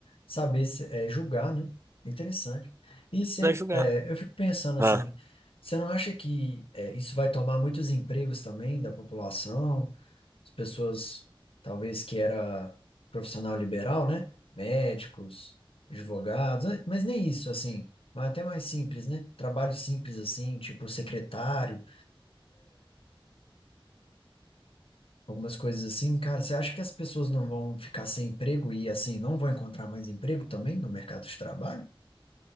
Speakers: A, on the left; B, on the right.
A: saber, se- é, julgar, né? Interessante. E cê,
B: para julgar.
A: é, eu fico pensando assim,
B: Ah,
A: você não acha que é, isso vai tomar muitos empregos também da população? as pessoas, talvez que era profissional liberal, né? Médicos, advogados, eh, mas nem isso, assim, mas até mais simples, né? Trabalho simples, assim, tipo secretário, algumas coisas assim. Cara, você acha que as pessoas não vão ficar sem emprego e, assim, não vão encontrar mais emprego também no mercado de trabalho?